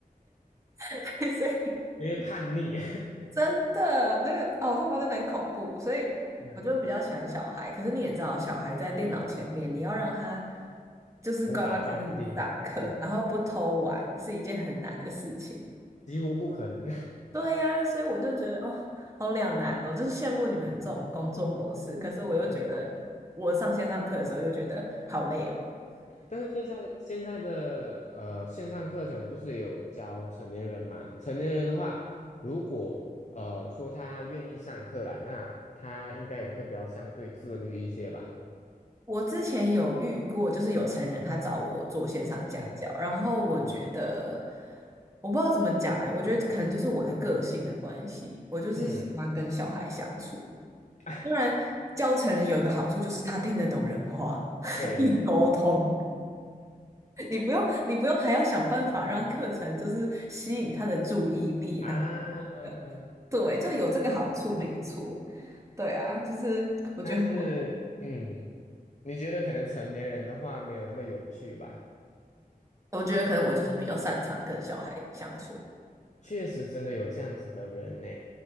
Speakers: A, on the right (about 20°); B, on the left (about 50°).
A: <laughs> 所以
B: 因为叛逆，
A: 真的，那个哦，他们真的很恐怖，所以我就比较喜欢小孩。
B: <laughs>
A: 可是你也知道，小孩在电脑前面，你要让他就是乖乖跟着你上课，
B: 无法专心，是
A: 然后不偷玩，是一件很难的事情。
B: 几乎不可能。
A: 对呀，所以我就觉得哦，好两难哦，就是羡慕你们这种工作模式，
B: <laughs>
A: 可是我又觉得我上线上课的时候又觉得好累哦。
B: 嗯但是现在现在的呃线上课程不是也有教成年人嘛？成年人的话，如果呃说他愿意上课啦，那他应该也会比较相对自律一些吧？
A: 我之前有遇过，就是有成人他找我做线上家教，
B: 嗯，
A: 然后我觉得
B: 对，
A: 我不知道怎么讲哎、我觉得可能就是我的个性的关系，我就是喜欢跟小孩相处。
B: 嗯，<laughs>
A: 当然，教成人有一个好处就是他听得懂人话，<laughs> 可以沟通，
B: 对对
A: 你不用你不用还要想办法让课程就是吸引他的注意力的，
B: 啊，嗯嗯，
A: 呃对，就有这个好处没错。对啊，就是我觉得很，
B: 但是嗯，你觉得可能成年人的话没有那么有趣吧？
A: 我觉得可能我就是比较擅长跟小孩相处。
B: 确实真的有这样子的人呢。